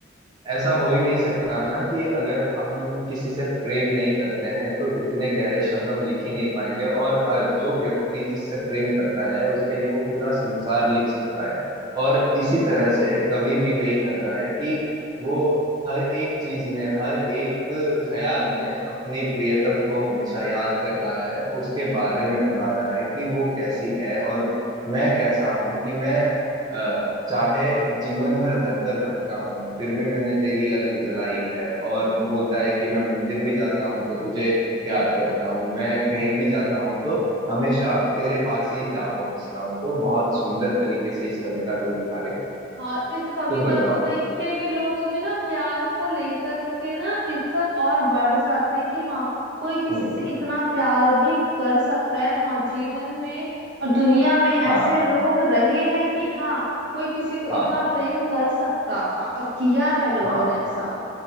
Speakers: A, on the right; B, on the right.
A: ऐसा हो ही नहीं सकता ना कि अगर हम किसी से प्रेम नहीं करते हैं तो इतने गहरे शब्द हम लिख ही नहीं पाएंगे और अ, जो व्यक्ति जिससे प्रेम करता है उसके लिए वो पूरा संसार लिख सकता है और इसी तरह से कवि भी वही कर रहा है कि वो हर एक चीज में हर एक ख्याल में अपनी प्रियतम को हमेशा याद कर रहा है उसके बारे में बता रहा है कि वो कैसी है और मैं कैसा हूँ कि मैं अ, चाहे जीवन भर दर दर भटका हूँ फिर भी मैंने तेरी अलग उजलाई है और बोलता है कि मैं मंदिर भी जाता हूँ तो तुझे याद करता हूँ मैं कहीं भी जाता हूँ तो हमेशा तेरे पास ही जा पहुंचता हूँ तो बहुत सुंदर तरीके से इस कविता को लिखा गया है।
B: और इस कविता
A: तुम बताओ
B: को देख के भी लोगों में ना प्यार को लेकर के ना इज्जत और बढ़ जाती है कि हाँ कोई किसी
A: हम्म
B: से इतना प्यार भी कर सकता है हाँ जीवन में और दुनिया में ऐसे
A: हाँ
B: लोग रहे हैं कि हाँ कोई किसी को
A: हाँ
B: इतना प्रेम कर सकता था और किया है लोगों
A: हाँ
B: ने ऐसा